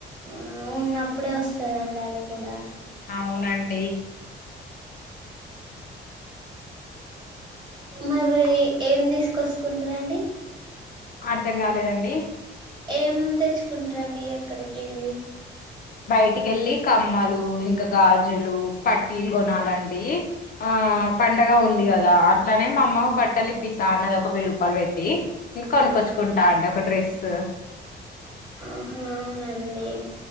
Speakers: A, on the right; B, on the left.
A: ఉమ్ ఉన్నప్పుడే వస్త చదవండి అది కూడా
B: అవునండి
A: మరి ఏం తీసుకొసుకుంటారు అండి
B: అర్ధం కాలేదండి
A: ఏం తెచ్చుకుంటారండి అక్కడికి వెళ్ళి
B: బయటికి వెళ్ళి కమ్మలు ఇంకా గాజులు పట్టీలు కొనాలండి ఆ పండగ ఉంది కదా అట్లానే మా అమ్మ బట్టలు ఇప్పిస్తా అన్నది ఒక వెయ్యి రూపాయలు పెట్టి ఇంకా కొనుక్కొచ్చుకుంటా అండి ఒక డ్రెస్
A: ఆహా అవునండి